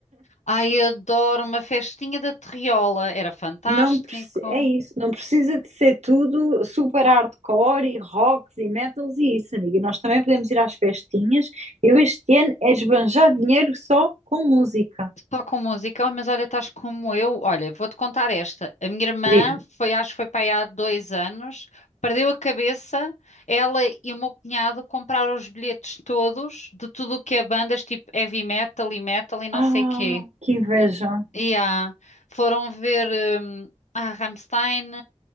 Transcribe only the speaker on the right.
Não, preci- é isso, não precisa de ser tudo super hardcore e rocks e metals e isso, amiga. Nós também podemos ir às festinhas. Eu este ano é esbanjar dinheiro só com música.
Diz-me.
Ah,
que inveja.